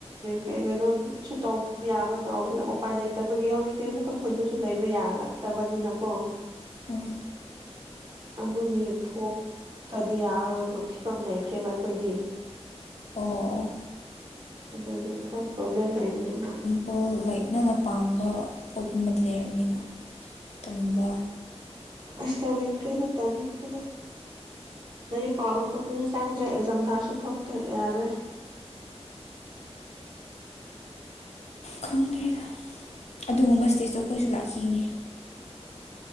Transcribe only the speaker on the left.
ꯎꯝ
ꯑꯣ ꯑꯣ
ꯑꯣꯜ ꯂꯥꯏꯛ ꯅꯪꯅ ꯄꯥꯝꯕ ꯄꯣꯠꯀꯨꯝꯕꯗꯤ ꯂꯩꯔꯝꯅꯤꯅ ꯇꯧꯅꯤꯡꯕ
ꯈꯪꯗ꯭ꯔꯦꯗ ꯑꯗꯨꯒꯨꯝꯕ ꯁ꯭ꯇꯦꯖꯇꯣ ꯑꯈꯣꯏꯁꯨ ꯂꯥꯛꯈꯤꯅꯤ